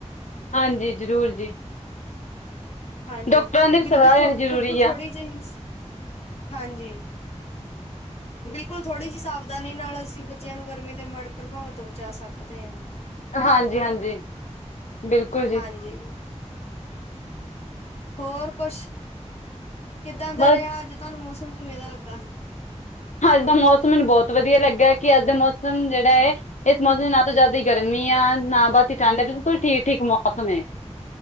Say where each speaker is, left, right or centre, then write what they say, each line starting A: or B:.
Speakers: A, on the left; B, on the left.
A: ਹਾਂਜੀ, ਜ਼ਰੂਰ ਜੀ।
B: ਹਾਂਜੀ,
A: ਡਾਕਟਰਾਂ ਦੀ ਵੀ
B: ਬਿਲਕੁਲ
A: ਸਲਾਹ ਲੈਣੀ
B: ਥ
A: ਜ਼ਰੂਰੀ
B: ਬਿਲਕੁਲ
A: ਆ
B: ਥੋੜ੍ਹੀ ਜਿਹੀ, ਹਾਂਜੀ। <inaudible> ਬਿਲਕੁਲ ਥੋੜ੍ਹੀ ਜੀ ਸਾਵਧਾਨੀ ਨਾਲ ਅਸੀਂ ਬੱਚਿਆਂ ਨੂੰ ਗਰਮੀ ਦੇ ਮਾੜੇ ਪ੍ਰਭਾਵਾਂ ਤੋਂ ਬਚਾ ਸਕਦੇ ਆਂ।
A: ਹਾਂਜੀ-ਹਾਂਜੀ, ਬਿਲਕੁਲ ਜੀ।
B: ਹਾਂਜੀ। ਹੋਰ ਕੁਸ਼, ਕਿੱਦਾਂ ਦੇ
A: ਬਸ
B: ਰਿਹਾ, ਅੱਜ ਤਾਂਨੂੰ ਮੌਸਮ ਕਿਵੇਂ ਦਾ ਲੱਗਾ?
A: ਹੱਜ ਦਾ ਮੌਸਮ, ਮੈਨੂੰ ਬਹੁਤ ਵਧੀਆ ਲੱਗਿਆ ਕਿ ਅੱਜ ਦੇ ਮੌਸਮ ਜਿਹੜਾ ਏ, ਇਸ ਮੌਸਮ 'ਚ ਨਾ ਤੋਂ ਜ਼ਿਆਦਾਈ ਗਰਮੀ ਆ, ਨਾ ਬਹੁਤੀ ਠੰਡ ਏ ਬਿਲਕੁਲ ਠੀਕ-ਠੀਕ ਮੌਸਮ ਏ।